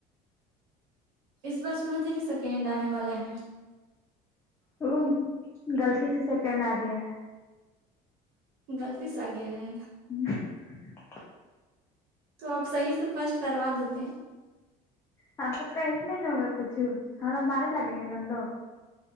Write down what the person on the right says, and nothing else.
اس بار سنا تھاے کہ سیکینڈ آنے والا ہے
غلط سے آ گیا ہے
تو آپ صحیح سے فرسٹ کروا دیتے ہیں